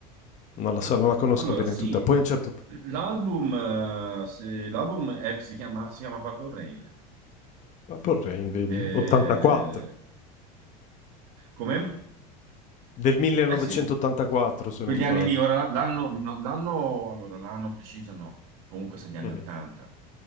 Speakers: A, on the left; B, on the right.
A: non la so, non la conosco
B: Allora,
A: bene
B: sì,
A: tutta. Poi a un certo punto,
B: l'album eh, se- l'album è- si chiama, si chiama Purple Rain.
A: Purple Rain, vedi,
B: Eh,
A: 84,
B: come?
A: del 1984
B: Eh sì,
A: se
B: quegli
A: non sbaglio.
B: anni lì, ora l'anno, no, l'anno, allora, l'anno preciso no, comunque sono gli anni
A: Mhm.
B: 80.